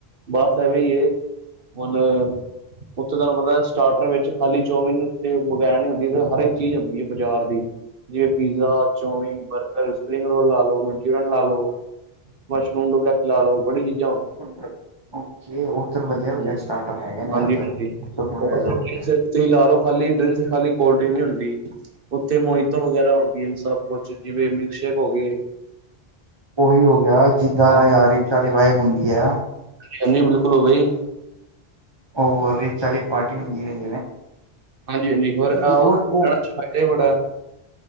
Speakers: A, on the right; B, on the right.
A: ਬਸ ਐਵੇਂ ਹੀ ਹੈ ਹੁਣ ਓ ਥੇ ਤੁਹਾਨੂੰ ਪਤਾ ਸਟਾਰਟਰ ਵਿੱਚ ਖਾਲੀ ਚੌਮੀਿਨ ਤੇ ਵਗੈਰਾ ਨਹੀਂ ਹੁੰਦੀ ਹਰ ਇੱਕ ਚੀਜ਼ ਹੁੰਦੀ ਹੈ ਬਜ਼ਾਰ ਦੀ। ਜਿਵੇ pizza, chowmein, burger spring roll ਲਾ ਲੋ ਮਨਚ‌‌ੂਰੀਅਨ ਲਾ ਲੋ ਮਸ਼ਰੂਮ ਡੁਪਲੈਕਸ ਲਾ ਲੋ ਬੜੀ ਚੀਜ਼
B: ਓ ਉਧਰ ਵਧੀਆ-ਵਧੀਆ
A: ਹਮ
B: ਸਟਾਰਟਰ ਹੈਗੇ ਨੇ,
A: ਹਾਂਜੀ
B: ਉੱਧਰ
A: ਹਾਂਜੀ
B: ਸੁਖਮਣੀ
A: ਔਰ
B: ਰਿਜੋਰਟ'ਚ।
A: ਡਰਿੰਕਸ ਤੁਸੀਂ ਲਾ ਲਓ ਖਾਲੀ ਡਰਿੰਕ ਖਾਲੀ ਕੋਲਡਰਿੰਕ ਨਹੀਂ ਹੁੰਦੀ। ਓਂ ਥੇ ਮੋਹਿਤ ਵਗੈਰਾ ਹਣਦੀਆਂ ਸਭ ਕੁਛ ਜਿਵੇਂ ਮਿਲਕਸ਼ੇਕ ਹੋ ਗਏ।
B: ਉਹੀ ਹੋ ਗਿਆ ਜਿੱਦਾਂ
A: ਹਾਂ
B: ਯ <inaudible> ਦੀ ਵਹਿਬ ਹੁੰਦੀ ਏ।
A: ਹਾਂਜੀ ਬਿਲਕੁਲ ਹੋਗੀ।
B: ਓਹ ਰਿਚ ਵਾਲੀ ਪਾਰਟੀ ਹੁੰਦੀ ਏ।
A: ਹਾਂਜੀ-ਹਾਂਜੀ ਔਰ ਇਹਨਾ'ਚ
B: ਉਹ ਉਹ
A: ਫਾਇਦਾ ਹੀ ਬੜਾ ਐ।